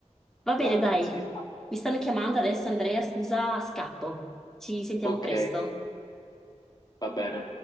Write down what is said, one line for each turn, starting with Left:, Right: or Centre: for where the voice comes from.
Centre: Va bene,
Left: Ah,
Centre: dai.
Left: sì.
Centre: Mi stanno chiamando adesso, Andrea, scusa, scappo. Ci sentiamo
Left: Ok,
Centre: presto.
Left: va bene.